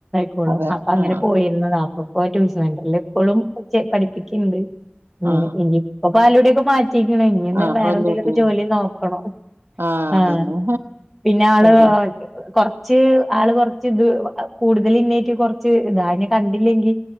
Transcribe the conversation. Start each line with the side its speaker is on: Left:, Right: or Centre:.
Centre: പ്പോളും
Right: അതെ
Centre: അപ്പ അങ്ങനെ
Right: ആ
Centre: പോയിരുന്ന അപ്പ ഇപ്പോ ട്യൂഷൻ സെന്ററിൽ ഇപ്പോഴും പഠിപ്പിക്കുണ്ട്
Right: ആ
Centre: ഇനിയിപ്പ പാലൂടെൊക്കെ മാറ്റിരിക്ണ് ഇനി ഒന്ന്
Right: ആ അപ്പൊ
Centre: വേറെ
Right: വലിയ
Centre: എന്തേലൊക്കെ
Right: കുട്ടി
Centre: ജോലി നോക്കണം
Right: ആ
Centre: ആഹ്
Right: അതന്നെ
Centre: പിന്നെ ആള്
Right: എന്ത്
Centre: കുറച്ച് ആൾ കുറച്ച് ത് കൂടുതൽ ഇന്നേറ്റ് കൊറച്ച് താ അയ്നെ ക മ് കണ്ടില്ലെങ്കിൽ